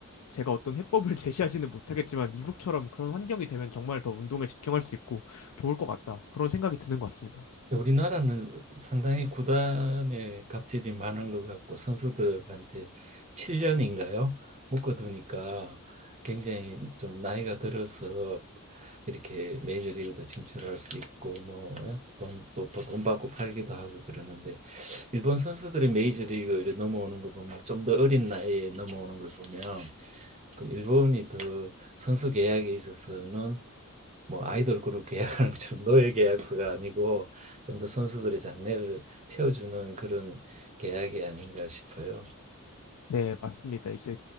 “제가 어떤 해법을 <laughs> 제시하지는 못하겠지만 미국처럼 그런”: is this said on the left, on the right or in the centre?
Left